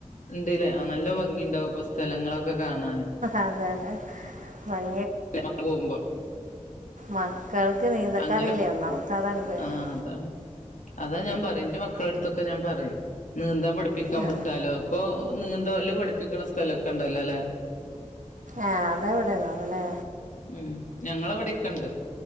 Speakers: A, on the left; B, on the right.
A: ണ്ട്ലേ ആഹ് നല്ല ഭംഗി ഉണ്ടാവും ഇപ്പൊ സ്ഥലങ്ങളൊക്കെ കാണൻ
B: അതെ ഭയ
A: മക്കൾ പോവുമ്പോ
B: മക്കൾക്ക് നീന്തക്കറില,
A: അങ്ങനെ പോ
B: ഒന്നാമത്തെ അതാണ് പേടി
A: ആഹ് അതാണ് അതാ ഞാൻ പറയും, എന്റെ മക്കള അടുത്തൊക്കെ ഞാൻ പറയും നീന്താൻ പഠിപ്പിക്കാൻ
B: ആ
A: വിട്ടാലോ ഇപ്പോൾ നീന്ത ള്ളി പഠിപ്പിക്ക്ണ സ്ഥലൊക്കെ ഉണ്ടല്ലോ ലേ
B: ആഹ് അത അവിടെ തോന്നുലെ
A: ഉം ഞങ്ങളവിടെക്കെണ്ട്,